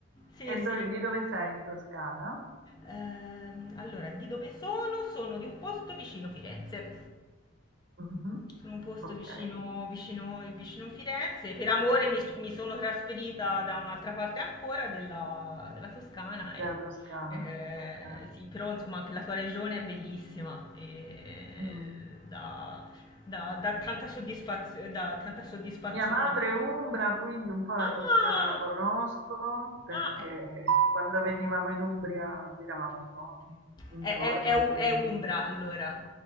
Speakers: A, on the left; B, on the right.
A: Sì,
B: E do-
A: sì.
B: di dove sei in Toscana?
A: Ehm, allora, di dove sono? Sono di un posto vicino Firenze.
B: Mhm.
A: Sono un posto
B: Ok,
A: vicino, vicino, vicino Firenze. Per amore mi, mi sono trasferita da un'altra parte ancora della, della Toscana.
B: della
A: E,
B: Toscana.
A: eh,
B: Ok.
A: sì, però insomma anche la sua regione è bellissima. E
B: Mm.
A: dà dà- dà tanta soddisfazio- dà tanta soddisfazione.
B: Mia madre è umbra, quindi un po' la
A: Ah!
B: Toscana la conosco perché
A: Ah, eh.
B: quando venivamo in Umbria giravamo un po' intorno,
A: è, è- è U-
B: quindi
A: è Umbra allora.